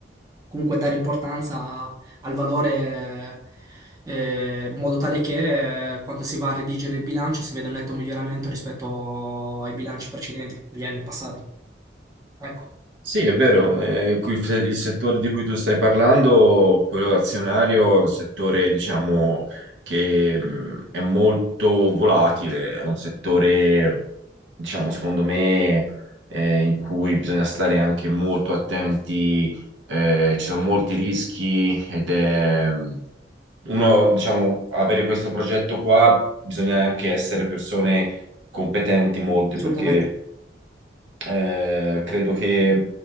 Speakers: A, on the right (about 20°); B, on the right (about 80°).
A: Comunque dare importanza al valore eh, in modo tale che eh, quando si va a redigere il bilancio si veda un netto miglioramento rispetto ai bilanci precedenti, degli anni passati. Ecco,
B: Sì, è vero, eh, qui f- il settore di cui tu stai parlando, quello azionario, è un settore, diciamo, che mh, è molto volatile, è un settore, diciamo, secondo me, eh, in cui bisogna stare anche molto attenti, eh, ci sono molti rischi ed è uno, diciamo, avere questo progetto qua bisogna anche essere persone competenti molte
A: assolutamente.
B: perché eh, credo che